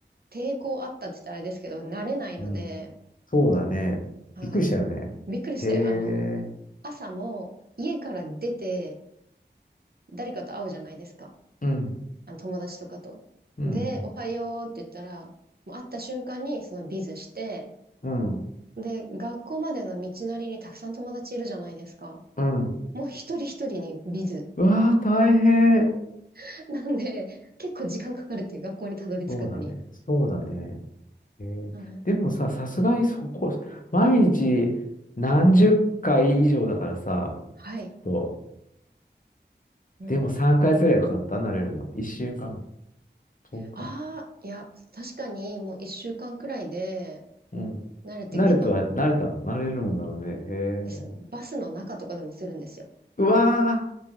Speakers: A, on the right; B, on the left.
A: 抵抗あったって言ったらあれですけど、慣れないので、
B: うん。そうだね。
A: はい。
B: びっくりしたよね。
A: びっくりして、
B: へえ、
A: あの、朝も、家から出て、誰かと会うじゃないですか。
B: うん、
A: あの友達とかと。
B: うん、
A: で、おはようって言ったら、もう会った瞬間にそのビズして、
B: うん、うん。
A: で、学校までの道のりにたくさん友達いるじゃないですか。
B: うん
A: もう一人一人にビズ。
B: うわー大変。
A: <laughs> なんで、結構時間かかるっていう学校にたどり着くのに。
B: そうだね。そうだね。へえ、
A: はい。
B: でもさ、さすがにそこ、毎日何十回以上だからさ、
A: はい。
B: と、
A: うん。
B: でも3回すればよかった、慣れるの。1週間、1日。
A: ああ、いや、確かにもう一週間くらいで
B: うん。
A: 慣れて、
B: 慣れたは、
A: でも
B: 慣れたの、慣れるもんだろうね。へ
A: ですね、
B: え。
A: バスの中とかでもするんですよ。
B: うわ